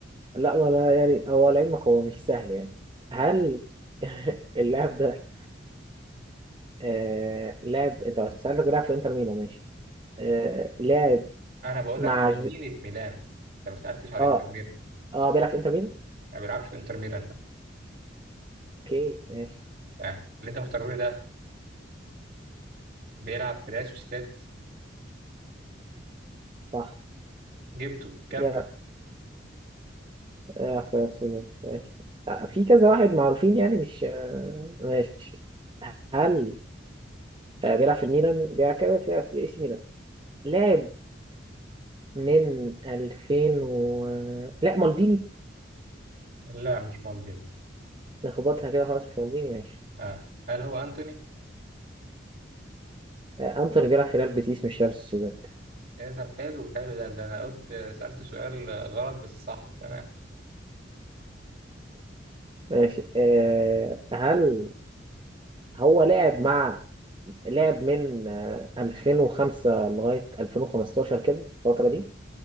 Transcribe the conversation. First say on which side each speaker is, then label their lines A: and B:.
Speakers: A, on the right; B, on the right.
A: لا ولا يعني هو لعلمك هو مش سهل يعني هل <laughs> اللاعب ده آه لاعب أنت سألتك بيلعب في إنتر ميلان ماشي آه لاعب
B: انا بقول
A: مع
B: لك في مدينه ميلان انت ما سالتش على
A: اه
B: انتر ميلان
A: اه بيلعب في انتر ميامي
B: ما بيلعبش في انتر ميلان بقى
A: اوكي ماشي
B: تمام اللي انت مختاره لي ده بيلعب في ريال سوسيداد
A: صح
B: جبته كمل
A: لعب آه في أرسنال ماشي آه في كذا واحد معروفين يعني مش آه ماشي هل آه بيلعب في الميلان بيلعب كده في في اي سي ميلان لعب من 2000 و لا مالديني
B: لا مش موجود
A: نخبطها كده خلاص مش مالديني ماشي
B: اه هل هو انتوني
A: آه انتوني بيلعب في ريال بيتيس مش ريال سوسيداد
B: ايه طب حلو حلو ده, ده انا قلت سالت سؤال غلط بس صح تمام
A: ماشي آه هل هو لعب مع لعب من آه 2005 لغاية 2015 كده الفترة دي